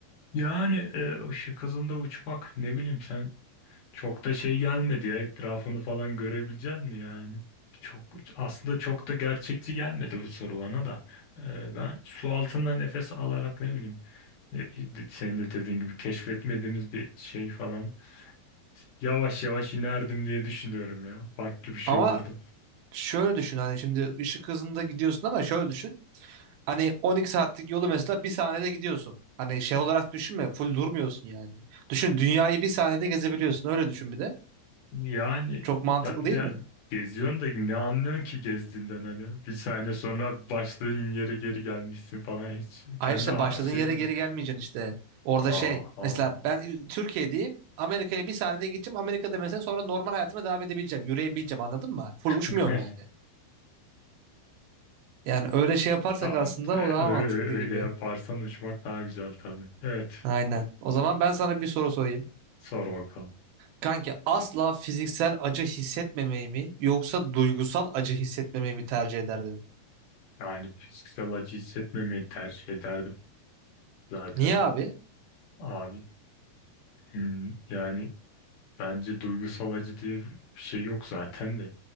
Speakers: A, on the left; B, on the right.
A: Yani e, ışık hızında uçmak ne bileyim sen Çok da şey gelmedi ya etrafını falan görebilecek mi yani? Çok aslında çok da gerçekçi gelmedi bu soru bana da. Ee, ben su altında nefes alarak ne bileyim e, e, senin de dediğin gibi keşfetmediğimiz bir şey falan yavaş yavaş inerdim diye düşünüyorum ya. Farklı bir şey
B: Ama
A: olurdu.
B: şöyle düşün hani şimdi ışık hızında gidiyorsun ama şöyle düşün. Hani 12 saatlik yolu mesela bir saniyede gidiyorsun. Hani şey olarak düşünme, full durmuyorsun yani. Düşün dünyayı bir saniyede gezebiliyorsun. Öyle düşün bir de.
A: Yani
B: Çok mantıklı
A: ben
B: değil
A: de-
B: mi?
A: geziyorsun da ne anlıyorsun ki gezdiğinden hani bir saniye sonra başladığın yere geri gelmişsin falan hiç
B: Hayır
A: kendi
B: işte
A: ha-
B: başladığın
A: şeyim
B: yere
A: bile.
B: geri gelmeyeceksin işte. Orada
A: Aha.
B: şey mesela ben Türkiye'deyim. Amerika'ya bir saniyede gideceğim. Amerika'da mesela sonra normal hayatıma devam edebileceğim. Yürüyebileceğim anladın mı? Full uçmuyorum
A: <laughs>
B: yani. Yani öyle şey yaparsak
A: Ya,
B: aslında
A: e, ö-
B: o daha mantıklı
A: öyle
B: gibi.
A: yaparsan uçmak daha güzel tabii. Evet.
B: Aynen.
A: E,
B: O zaman ben sana bir soru sorayım.
A: Sor bakalım.
B: Kanki asla fiziksel acı hissetmemeyi mi yoksa duygusal acı hissetmemeyi mi tercih ederdin?
A: Yani fiziksel acı hissetmemeyi tercih ederdim zaten.
B: Niye abi?
A: Abi hmm, yani bence duygusal acı diye bir şey yok zaten de.